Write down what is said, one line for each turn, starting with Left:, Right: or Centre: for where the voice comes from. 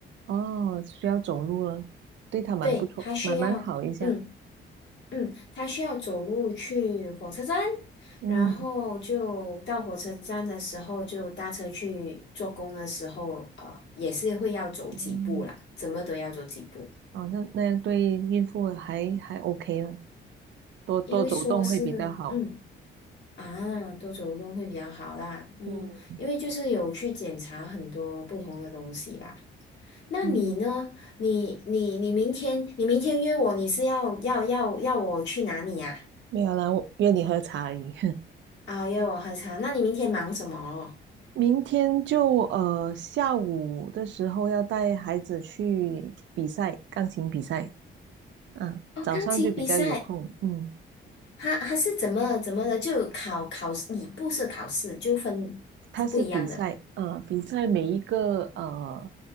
Right: 哦，需要走路了，对他蛮不错，
Left: 对，他需要，
Right: 蛮蛮好一下。
Left: 嗯嗯，他需要走路去火车站，
Right: 嗯
Left: 然后就到火车站的时候就搭车去做工的时候，呃，也是会要走几步啦，
Right: 嗯，
Left: 怎么都要走几步，
Right: 哦，那那样对孕妇还还 OK 了，多多走动会比较好。
Left: 因为说是，嗯啊，多走动会比较好啦，嗯，
Right: 嗯
Left: 因为就是有去检查很多不同的东西啦。那你呢？
Right: 嗯，
Left: 你你你明天你明天约我，你是要要要要我去哪里呀、
Right: 没有啦，我约你喝茶而已。
Left: 啊？约我喝茶。那你明天忙什么？
Right: 明天就呃下午的时候要带孩子去比赛，钢琴比赛。嗯，
Left: 哦，
Right: 早上就比较有空。
Left: 钢琴比赛，
Right: 嗯。
Left: 他他是怎么怎么的？就考考试，你不是考试，就分是不一样的。
Right: 它是比赛，呃，比赛每一个呃